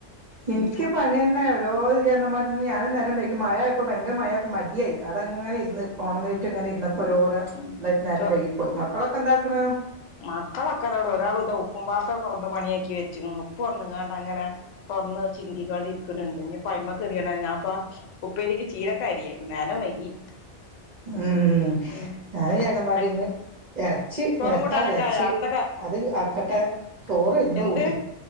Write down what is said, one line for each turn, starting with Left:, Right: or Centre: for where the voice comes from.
Right: എനിക്ക്
Left: ഉം
Right: പണി തന്നെ ഓരോ യ്യ് പറഞ്ഞമാതിരി ഞാനും നേരം വൈകി മഴ ആയപ്പോ ഭയങ്കര മഴ മടിയായി അവിടെ അങ്ങനെ ഇരുന്ന് ഫോണമലേറ്റ ഇങ്ങനെ ഇരുന്നപ്പോ ഓരോരോ-
Left: ഉം
Right: എന്തായിട്ട് നേരം
Left: ചോ
Right: വൈകിപ്പോയി മക്കളൊക്കെ എന്താക്ക്‌ണ്
Left: മക്കളൊക്കെ ഇതവിടെ ഒരാൾ ഉതവു ഉപ്പും പാത്രം തുറന്ന് പണിയാക്കി വെച്ചക്കണ് ഉപ്പ് തുറന്നങ്ങാണ്ട് അങ്ങനെ തുറന്ന് ചിന്തികാണ്ടിരിക്കുന്നുണ്ട് ഇനി പയ്മ കറിയാണ് ഞാൻപ്പാ ഉപ്പേരിക്ക് ചീരക്കരിയാരുന്നു നേരം വൈകി.
Right: ഉം
Left: ഉം
Right: അതും ഇയ്യ് പറഞ്ഞ മാതിരി
Left: അൻ
Right: ഇന്ന് എറ ച്ചി
Left: ചോറും
Right: വരട്ടാ
Left: കൂട്ടാനൊക്കെ
Right: വിചാരിച്ചു
Left: ആയാ എന്തൊക്കെ
Right: അത് ആക്കട്ടെ
Left: എ
Right: ചോറ് എന്തോ
Left: എന്ത്
Right: ഊറ്റ്